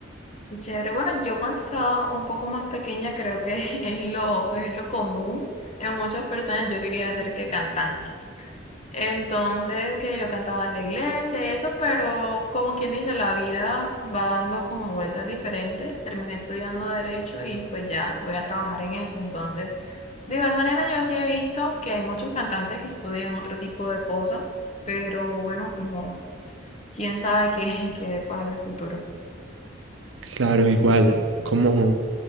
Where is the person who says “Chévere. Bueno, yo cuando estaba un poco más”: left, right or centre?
Left